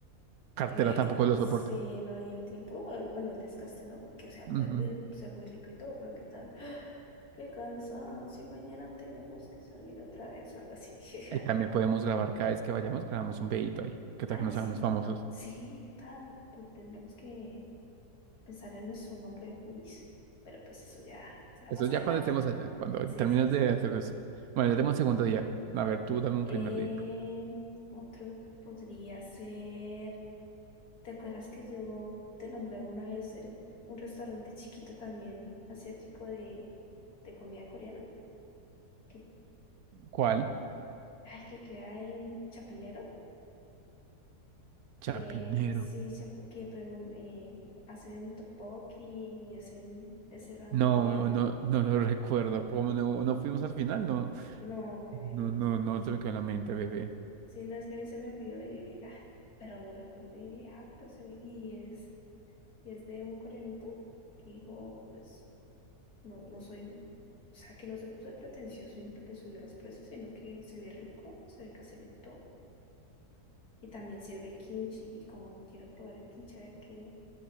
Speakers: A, on the right; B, on the left.
A: Cartera
B: El,
A: tampoco
B: t-
A: lo
B: sí,
A: soporte.
B: no, y el tiempo, el- bueno, el desgaste, ¿no? Porque, o sea,
A: Ujú.
B: puede muy- ser muy rico y todo, pero ¿qué tal? <gasps> Qué cansancio, y mañana tenemos que salir otra vez o algo así. <laughs>
A: Y también podemos grabar cada vez que vayamos, grabamos un videito ahí. ¿Qué
B: Ay,
A: tal que nos
B: sí,
A: hagamos famosos?
B: sí, ¿qué tal? Pues tendremos que pensar en nuestro nombre de Pubis, pero pues eso ya será
A: Eso
B: más
A: es
B: adelante.
A: ya cuando estemos allá, cuando
B: Sí,
A: termines
B: sí, sí.
A: de hacer eso. Bueno, ya tenemos un segundo día. A ver, tú dame un
B: Em,
A: primer día.
B: otro podría ser. ¿Te acuerdas que yo te nombré alguna vez el- un restaurante chiquito también asiático de, de comida coreana? Que,
A: ¿Cuál?
B: ay, que queda en Chapinero,
A: Chapinero.
B: que sí, chap- que pregun- eh, hacen tteokbokki y hacen ese ramen
A: No,
B: coreano.
A: no, no lo recuerdo. Como no, no fuimos al final, no,
B: No, bebé,
A: no,
B: no
A: no,
B: podemos.
A: no se me quedó en la mente, bebé.
B: Sí, no, es que a mí se me olvidó y yo dije, ah, pero lo recordé y dije, ah, pero se me... Y es, y es de un coreanito que dijo, pues... No, no soy, o sea, que no se puso de pretencioso y le subió los precios, sino que se ve rico, se ve caserito y también sirve kimchi. Y como quiero probar el kimchi, a ver qué,